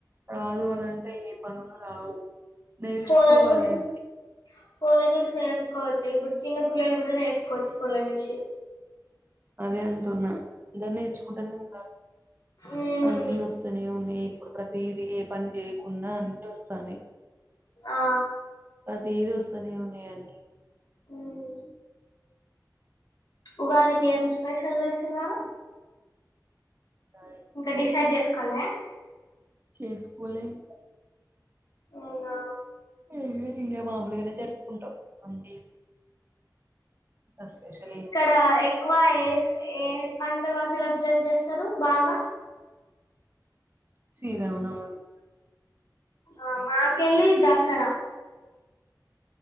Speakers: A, on the right; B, on the left.
A: రాదు అని అంటే ఏ పనులు రావు నేర్చుకోవాలి
B: ఫోన్ల చూసి
A: అంతే,
B: ఫోన్ల చూసి నేర్చుకోవచ్చు ఇప్పుడు చిన్న పిల్లలు కూడా నేర్చుకోవచ్చు ఫోన్ల చూసి
A: అదే అంటున్నా అందరు నేర్చుకుంటానే ఉన్నారు
B: మ్మ్
A: అన్నీ వస్సూనే ఉన్నయ్ ప్రతీదీ ఏపనిజేయ్ కున్నా అన్నీ వస్తనయ్
B: ఆ
A: ప్రతీది వస్తునే ఉన్నాయ్ ఇయన్ని
B: మ్మ్ ఉగాదికి ఏం స్పెషల్ చేస్తున్నారు
A: అది
B: ఇంకా డిసైడ్ చేసుకోలే
A: చేసుకలేం
B: అవునా
A: ఏ ఇకా మాముూలుగానే జరుపుకుంటాం అంతే అసలు స్పెషల్
B: ఇక్కడ
A: ఏం లేదు
B: ఎక్కువ ఏ పండగస్తు సెలబ్రేట్ చేస్తారు బాగా
A: సీరమా నవమి
B: ఆ మాకెలి దసరా